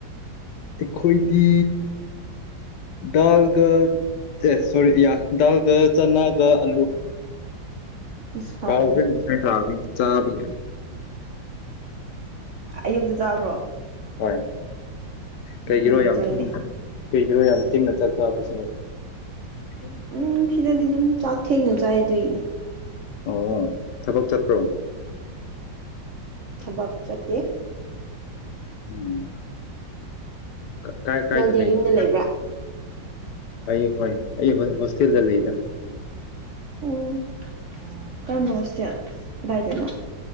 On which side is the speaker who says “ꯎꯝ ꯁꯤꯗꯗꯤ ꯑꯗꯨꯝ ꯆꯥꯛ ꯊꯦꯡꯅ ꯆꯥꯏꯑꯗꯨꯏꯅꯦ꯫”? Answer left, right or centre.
Right